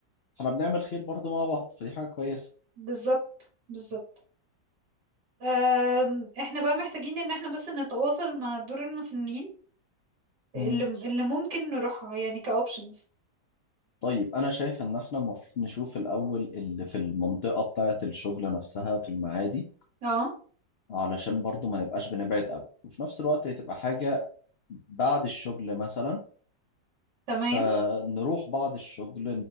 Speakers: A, on the left; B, on the right.
A: بنعمل خير برضه مع بعض فدي حاجة كويسة
B: بالظبط بالظبط أم، احنا بقى محتاجين ان احنا بس نتواصل مع دور المسنين اللي
A: مم.
B: اللي ممكن نروحها يعني كاوبشنز
A: طيب أنا شايف إن احنا المفروض نشوف الأول اللي في المنطقة بتاعة الشغل نفسها في المعادي
B: اه
A: علشان برضه ما نبقاش بنبعد قوي وفي نفس الوقت هي تبقى حاجة بعد الشغل مثلا
B: تمام
A: فنروح بعد الشغل